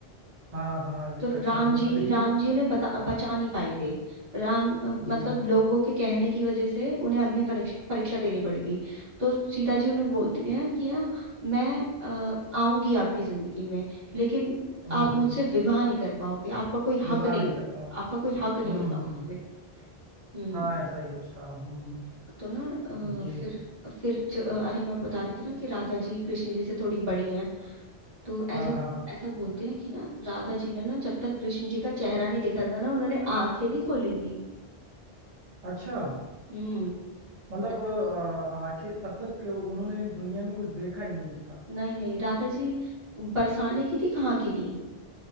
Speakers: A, on the right (about 45°); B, on the right (about 70°).
A: हाँ हाँ अग्नि
B: तो
A: परीक्षा
B: राम
A: देनी
B: जी
A: पड़ेगी
B: राम
A: वो
B: जी उन्हें बता, बचा नहीं पाए थे राम अ,
A: हम्म
B: मतलब लोगों के कहने की वजह से उन्हें अग्नि परीक्ष- परीक्षा देनी पड़ी थी तो सीता जी उन्हें बोलती हैं कि ना मैं अ, आऊंगी आपकी जिंदगी में लेकिन
A: हम्म
B: आप मुझसे
A: हम्म,
B: विवाह नहीं कर पाओगे आपका कोई
A: विवाह
B: हक नहीं
A: नहीं कर पाओ
B: आपका कोई हक
A: हम्म
B: नहीं होगा
A: हम्म
B: मुझ पे हम्म
A: हाँ ऐसा ही कुछ था हम्म
B: तो ना
A: ये
B: अ, फिर फिर जो अरे मैं बता रही थी ना कि राधा जी कृष्ण जी से थोड़ी बड़ी हैं तो ऐसा
A: हाँ हाँ हाँ
B: ऐसा बोलते हैं कि ना राधा जी ने ना जब तक कृष्ण जी का चेहरा नहीं देखा था ना उन्होंने आंखें नहीं खोली थी
A: अच्छा
B: हम्म
A: मतलब
B: मतलब
A: अ, आंखें तब तक उन्होंने दुनिया में कुछ देखा ही नहीं था
B: नहीं नहीं राधा जी बरसाने की थी कहाँ की थी